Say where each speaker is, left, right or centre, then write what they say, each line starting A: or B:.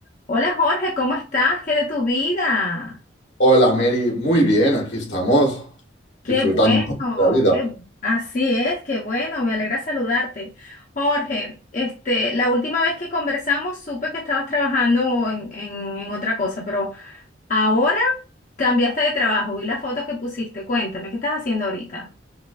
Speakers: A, on the left; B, on the left.
A: Hola Jorge, ¿cómo estás? ¿Qué de tu vida?
B: Hola Mary, muy bien, aquí estamos
A: Qué
B: disfrutando
A: bueno,
B: de la vida.
A: qué- así es, qué bueno, me alegra saludarte. Jorge, este, la última vez que conversamos supe que estabas trabajando en, en- en otra cosa, pero ahora cambiaste de trabajo, vi las fotos que pusiste, cuéntame, ¿qué estás haciendo ahorita?